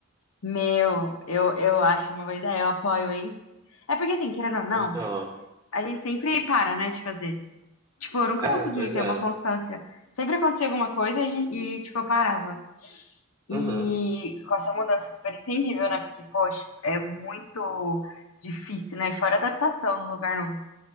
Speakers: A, on the left; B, on the right.
A: Meu, eu, eu acho uma boa ideia, eu apoio, hein? É porque, assim, querendo ou não,
B: Então,
A: a gente sempre para, né, de fazer. Tipo, eu nunca
B: é,
A: consegui
B: pois
A: ter
B: é.
A: uma constância. Sempre acontecia alguma coisa e, a gente e, tipo, eu parava. E
B: Uhum.
A: com essa mudança é super entendível, né? Porque, poxa, é muito difícil, né? Fora adaptação no lugar novo.